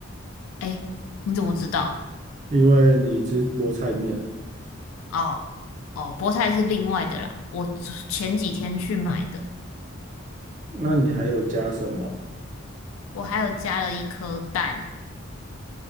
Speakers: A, on the left (about 75°); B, on the right (about 35°).
A: 哎，你怎么知道？
B: 因为你吃菠菜面。
A: 哦哦，菠菜是另外的啦，我昨前几天去买的。
B: 那你还有加什么？
A: 我还有加了一颗蛋。